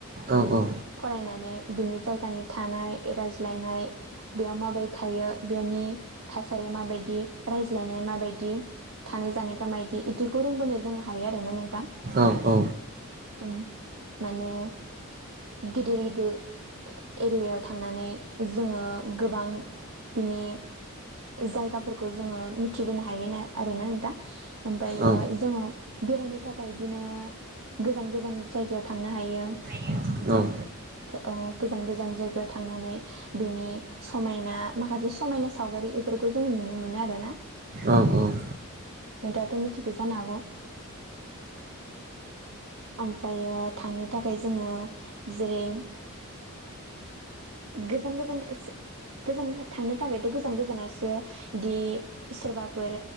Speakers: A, on the right (about 40°); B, on the right (about 65°).
A: औ औ।
B: फरायनानै बिनि जायगानि थानाय रायज्लायनाय बेयाव माबोरै थायो बेनि थासारिया माबायदि रायज्लायनाय माबायदि थानाय जानायफ्रा मायदि इदिखौ रोंबोनो जों हायो आरोना नोंथां।
A: औ औ
B: उम माने गिदिर गिदिर एरियायाव थांनानै जोङो गोबां बिनि जायगाफोरखौ जोङो मिथिबोनो हायो ना आरोना नोंथां ओमफायो
A: औ
B: जोङो बेरायनो थाखाय इदिनो गोजान गोजान जायगायाव थांनो हायो।
A: <inaudible> औ
B: थो ओ गोजान गोजान जायगायाव थांनानै बेनि समायना माखासे समायना सावगारि इफोरखौ जों नुनो मोनो आरोना।
A: औ औ।
B: नोंथाङाथ' मिथिखो जानो हागौ? ओमफ्रायो थांनो थाखाय जोङो जेरै गोजान गोजान <unintelligible> गोजानो थांनो थाखायथ' गोजान गोजानावासो दि सोरबाफोर